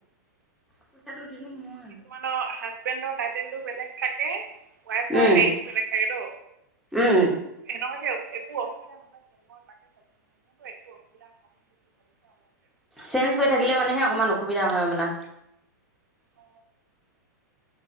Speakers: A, in the centre; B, on the right (about 80°).
A: পইচাটো দিলো মই।
B: কিছুমানৰ হাজবেণ্ডৰ টাইটেলটো বেলেগ থাকে ওৱাইফৰ
A: উম,
B: হেৰিটো বেলেগ থাকে ত।
A: উম,
B: সেনকাকে একো অসুবিধা নহয় চোন, মই তাকে ভাবিছোঁ মানে, মোৰতো একো অসুবিধা নহ'ব। নেকি বুলি ভাবিছো আৰু মই যে
A: চেঞ্জ কৰি থাকিলে মানেহে অকমান অসুবিধা হয় হবলা?
B: অ